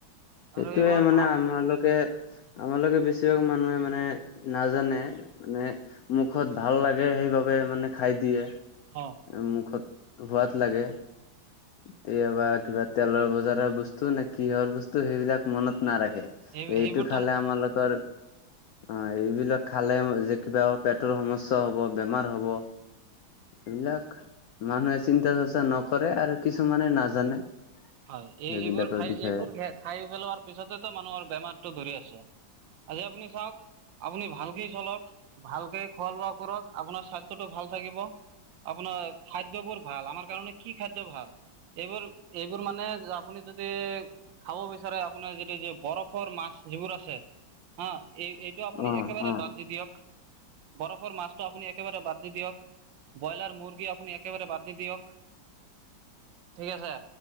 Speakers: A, on the left; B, on the right.
A: সেইটোয়ে
B: আৰু এইবোৰ
A: মানে
B: ভাত
A: আমালোকে আমালোকে বেছিভাগ মানুহে মানে নাজানে। মানে মুখত ভাল লাগে সেইবাবে মানে খাই দিয়ে।
B: অ।
A: মুখত সোৱাদ লাগে। কেতিয়াবা কিবা তেলৰ বজাৰৰ বস্তু নে কিহৰ বস্তু সেইবিলাক মনত নাৰাখে।
B: এই
A: এইটো
B: সেইবোৰতো
A: খালে আমালোকৰ অ এইবিলাক খালে যে কিবা পেটৰ সমস্যা হব বেমাৰ হ'ব। এইবিলাক মানুহে চিন্তা চৰ্চা নকৰে আৰু কিছুমানে নাজানে।
B: হয়
A: সেইবিলাকৰ
B: এই এইবোৰ খাই
A: বিষয়ে
B: এইবোৰ খাই পেলোৱাৰ পিছতেতো মানুহৰ বেমাৰটো ধৰি আছে। আজি আপুনি চাওক আপুনি ভালকেই চলক ভালকে খোৱা লোৱা কৰক আপোনাৰ স্বাস্থ্যটো ভাল থাকিব। আপোনাৰ খাদ্যবোৰ ভাল আমাৰ কাৰণে কি খাদ্য ভাল। এইবোৰ এইবোৰ মানে আপুনি যদি খাব বিচাৰে আপোনাৰ যেতিয়া যি বৰফৰ মাছ যিবোৰ আছে। হা এই এইটো আপুনি
A: অ
B: একেবাৰে
A: অ
B: বাদ দি দিয়ক। বৰফৰ মাছটো আপুনি একেবাৰে বাদ দি দিয়ক। ব্ৰইলাৰ, মুৰ্গী আপোনি একেবাৰে বাদ দি দিয়ক। ঠিক আছে